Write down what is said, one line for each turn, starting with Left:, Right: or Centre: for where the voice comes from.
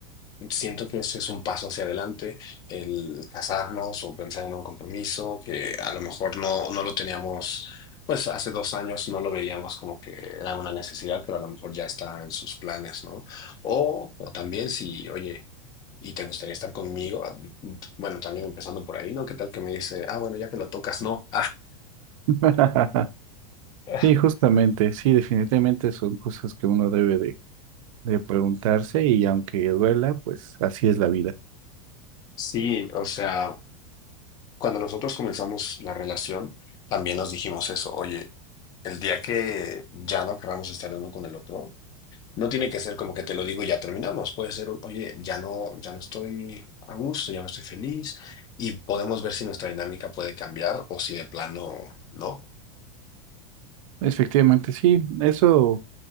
Left: Siento que eso es un paso hacia adelante, el casarnos o pensar en un compromiso que a lo mejor no, no lo teníamos, pues hace dos años no lo veíamos como que era una necesidad, pero a lo mejor ya está en sus planes, ¿no? O, o también si, oye, ¿y te gustaría estar conmigo? Bueno, también empezando por ahí, ¿no? ¿Qué tal que me dice, ah, bueno, ya que lo tocas, no?
Right: <laughs>
Left: <laughs>
Right: Sí, justamente, sí, definitivamente son cosas que uno debe de, de preguntarse y aunque duela, pues así es la vida.
Left: sí, o sea. Cuando nosotros comenzamos la relación, también nos dijimos eso, oye, el día que ya no queramos estar el uno con el otro, no tiene que ser como que te lo digo y ya terminamos, puede ser, un, oye, ya no, ya no estoy a gusto, ya no estoy feliz y podemos ver si nuestra dinámica puede cambiar o si de plano no.
Right: Efectivamente, sí, eso